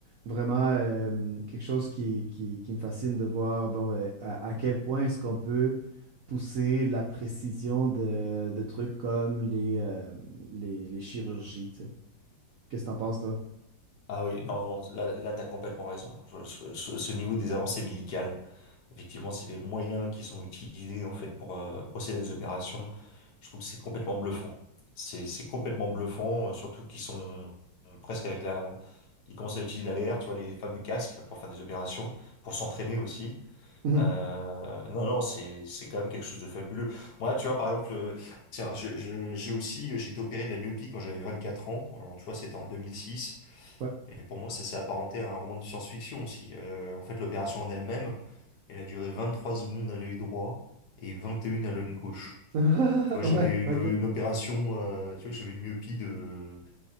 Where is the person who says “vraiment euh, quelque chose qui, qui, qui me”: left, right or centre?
Right